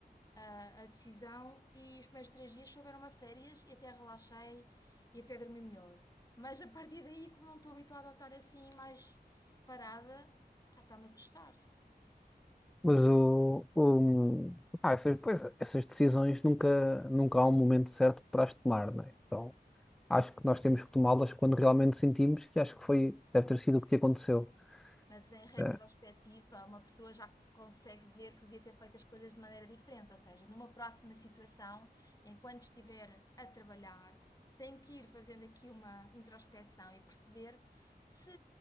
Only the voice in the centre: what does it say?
mas o, o- ah, essas, pois, essas decisões nunca, nunca há um momento certo para as tomar, né? Então acho que nós temos que tomá-las quando realmente sentimos que acho que foi, deve ter sido o que te aconteceu.
É.